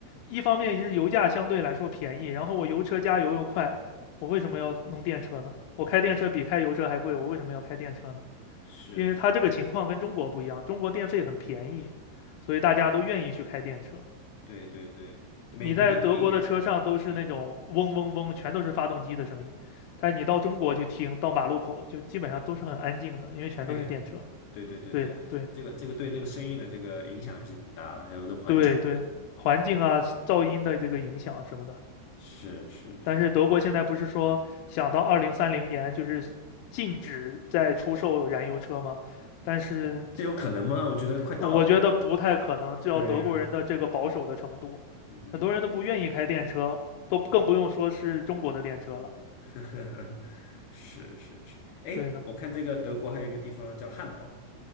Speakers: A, on the left; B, on the left.
A: 一方面是油价相对来说便宜，然后我油车加油又快，我为什么要弄电车呢？我开电车比开油车还贵，
B: 嗯哼，
A: 我为什么要开电车呢？
B: 是，
A: 因为它这个情况跟中国不一样，中国电费很便宜，所以大家都愿意去开电车。
B: 对对对对，美国这个电也
A: 你在德国的车上都是那种嗡嗡嗡，
B: 便宜，
A: 全都是发动机的声音，但你到中国去听，到马路口就基本上都是很安静的，因为全都是电车。
B: 对呀。对对对对对，
A: 对的，对的，
B: 这个这个对那个生意的这个影响还是挺大的，还有这环境。
A: 对对，环境啊、噪音的这个影响什么的。
B: 是是是，
A: 但是德国现在不是说想到二零三零年就是禁止再出售燃油车吗？但是
B: 这有可能吗？我觉得快到了。
A: 我觉得不太可能，就要德国人的这个保守的程度，
B: 对呀、嗯
A: 很多人都不愿意开电车，都更不用说是中国的电车了。
B: 哼，<laughs> 是是是。哎，
A: 对的，
B: 我看这个德国还有一个地方叫汉堡，